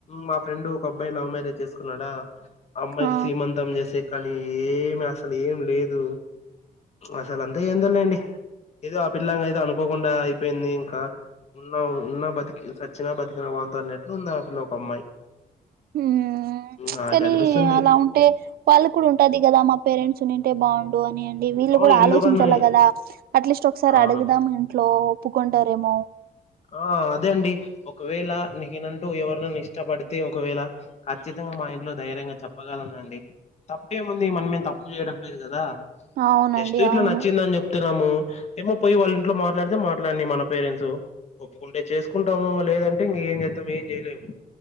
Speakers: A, on the left (about 45°); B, on the right (about 80°).
A: మా ఫ్రెండ్ ఒక అబ్బాయి లవ్ మ్యారేజ్ చేసుకున్నాడా అమ్మాయికి
B: ఆ
A: సీమంతం చేసే కానీ, ఏమి అసలు ఏమి లేదు. అసలు అంత ఏందో లేండి. ఏదో ఆ పిల్లాంగ ఏదో అనుకోకుండా అయిపోయింది ఇంకా, ఉన్న ఉన్న బతికి సచ్ చ్చినా బతికిన వాంతోనే అన్నట్లు ఉంది ఆ పిల్ల ఒక అమ్మాయి.
B: ఉమ్ ప్చ్
A: నాకు
B: కానీ
A: అనిపిస్తుంది
B: అలా ఉంటే వాళ్ళకు కూడా ఉంటాది కదా మా పేరెంట్స్ ర్చునింటే బాగుండు అని అండి, వీళ్ళు
A: అవును
B: గుడా
A: ఎందుకని
B: ఆలోచించాల గదా. అట్లీస్ట్ ఒకసారి
A: అవును
B: అడుగుదాం ఇంట్లో, ఒప్పుకుంటారేమో
A: ఆ అదే అండి, ఒకవేళ నకేనంటూ ఎవరినన్న ఇష్టపడితే ఒకవేళ ఖచ్చితంగా మా ఇంట్లో ధైర్యంగా చెప్పగలనండి. తప్పేముంది మనమేం తప్పు చేయడం లేదు కదా,
B: అవునండి
A: జస్ట్ ఇట్లా
B: అవును
A: నచ్చిందని చెప్ చెప్తనము ఏమో పోయి వాళ్ళ ఇంట్లో మాట్లాడితే మాట్లాడిని మనం పేరెంట్స్ ఒప్పుకుంటే చేసుకుంటాము, ఇంగ లేదంటే ఇంక ఏం చేస్తాం ఏం చేయలేము.